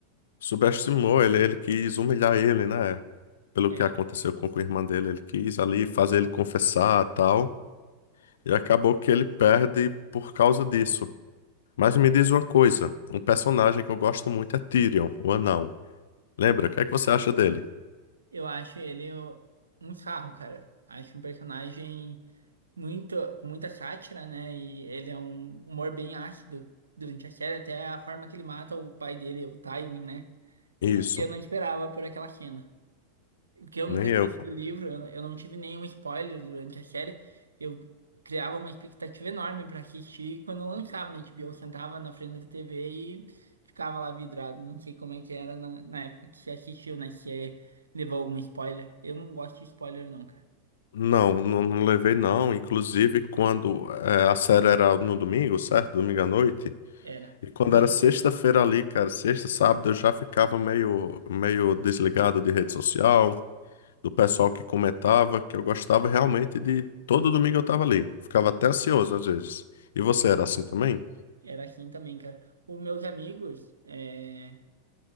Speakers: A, on the left; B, on the right.
A: Subestimou ele, ele quis humilhar ele, né? Pelo
B: É.
A: que aconteceu com a irmã dele, ele quis ali fazer ele confessar tal, e acabou que ele perde por causa disso. Mas me diz uma coisa, um personagem que eu gosto muito é Tyrion, o anão. Lembra? O que é que você acha dele?
B: Eu acho ele o- um sarro, cara. Acho um personagem muito, com muita sátira, né? E ele é um humor bem ácido durante a série, até a forma que ele mata o pai dele, o Tywin, né?
A: Isso,
B: Eu não esperava por aquela cena. Porque eu
A: nem
B: nunca
A: eu.
B: tinha lido o livro, eu eu não tive nenhum spoiler durante a série. Eu criava uma expectativa enorme pra assistir e quando lançava na HBO, eu sentava na frente da TV e ficava lá vidrado. Não sei como é que era na, na época que você assistiu, né? Se é- levou algum spoiler. Eu não gosto de spoiler, não, cara.
A: Não, não, não levei não. Inclusive, quando é, a série era no domingo, certo? Domingo à noite.
B: Era.
A: E quando
B: 22,
A: era sexta-feira
B: né?
A: ali, cara, sexta, sábado, eu já ficava meio, meio desligado de rede social, do pessoal que comentava, que eu gostava realmente de... Todo domingo eu tava ali. Ficava até ansioso às vezes. E você era assim também?
B: Era assim também, cara. Os meus amigos, é,